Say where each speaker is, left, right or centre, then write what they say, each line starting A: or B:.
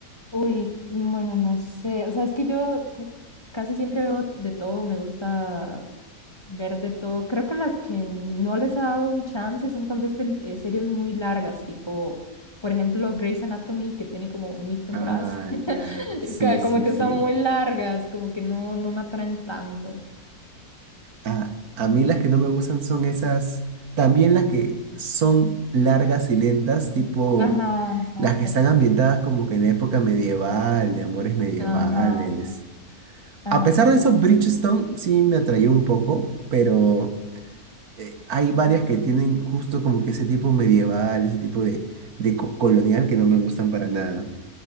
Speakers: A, on the left; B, on the right.
A: Uy, bueno, no sé, o sea, es que yo ca- casi siempre veo de todo, me gusta ver de todo. Creo que las que no les ha dado un chance son tal vez pel- eh, series muy largas, tipo, por ejemplo, Grey's Anatomy, que tiene como mil temporadas,
B: Ah,
A: <laughs>
B: ya. Sí,
A: y ca-
B: sí,
A: como que
B: sí.
A: son muy largas, como que no, no me atraen tanto.
B: A, a mí las que no me gustan son esas, también las que son largas y lentas, tipo
A: Ajá, exacto.
B: las que están ambientadas como que en la época medieval, de amores medievales.
A: Ajá, ajá,
B: A pesar
A: sí,
B: de eso,
A: sí.
B: Bridgestone sí me atrayó un poco, pero eh, hay varias que tienen justo como que ese tipo medieval, ese tipo de, de co- colonial que no me gustan para nada,